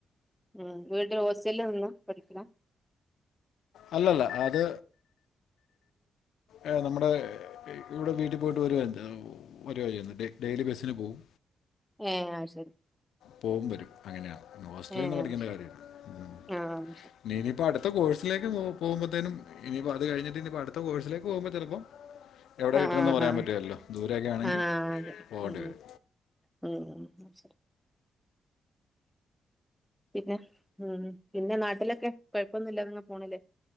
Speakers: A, in the centre; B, on the left (about 80°).
A: ഉം വീട് ഹോസ്റ്റൽല് നിന്നാ പഠിക്ക്ണെ
B: അല്ലല്ല അത് ഏഹ് നമ്മടെ ഇവിടെ വീട്ടിൽ പോയിട്ട് വരുവാ എന്ത് വരുവാ ചെയ്യ്ന്ന് ഡെ ഡെയിലി ബസ്സിന് പോവും
A: ഏഹ് അയ്ശരി
B: പോവും വരും അങ്ങനെയാണ് പിന്നെ ഹോസ്റ്റലീനിന്ന്
A: ഏഹ്
B: പഠിക്ക്യണ്ട
A: അത് ശരി
B: കാര്യവില്ല ഉം
A: ആഹ് ഉം ശരി
B: നി ഇനിയിപ്പൊ അട്ത്ത കോഴ്സിലേക്ക് പോ പോവുമ്പത്തേനും ഇനിപ്പോ അത് കഴിഞ്ഞിട്ട് ഇനിപ്പ അട് ത്ത കോഴ്സിലേക്ക് പോവുമ്പൊ ചെലപ്പം എവടെ
A: ആഹ്
B: കിട്ട്ണേന്ന്
A: ആഹ്
B: പറയാൻ
A: ആഹ്
B: പറ്റ്കേലല്ലോ ദൂരെയൊക്കെ ആണെങ്കി
A: ആഹ് അതെ
B: പോവണ്ടി
A: ഉം
B: വരും
A: ഉം ഉം അയ് ശെരി പിന്നെ ഉം പിന്നെ നാട്ടിലൊക്കെ കൊഴപ്പൊന്നില്ലാതങ്ങ് പോണ്ല്ലെ